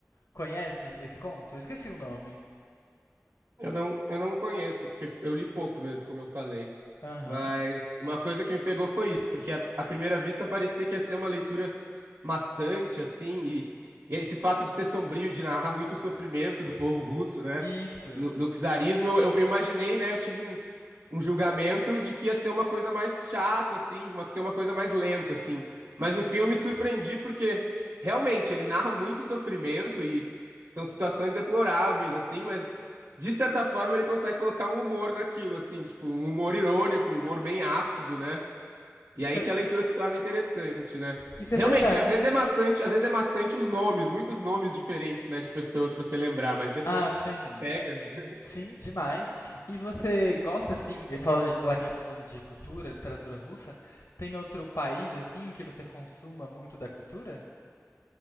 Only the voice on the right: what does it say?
Eu não, eu não conheço, porque eu li pouco mesmo, como eu falei.
Mas uma coisa que me pegou foi isso, porque à à primeira vista parecia que ia ser uma leitura maçante, assim, e, e esse fato de ser sombrio e de narrar muito o sofrimento do povo russo, né?
No, no czarismo, eu, eu- eu imaginei, né? Eu tive um, um julgamento de que ia ser uma coisa mais chata, assim, uma, ser uma coisa mais lenta, assim. Mas no fim eu me surpreendi, porque realmente ele narra muito sofrimento e são situações deploráveis, assim, mas. De certa forma, ele consegue colocar um humor naquilo, assim, tipo, um humor irônico, um humor bem ácido, né? E
aí
que a leitura se torna interessante, né?
Realmente,
às vezes é maçante, às vezes é maçante os nomes, muitos nomes diferentes, né, de pessoas pra se lembrar, mas depois
você pega.
<laughs>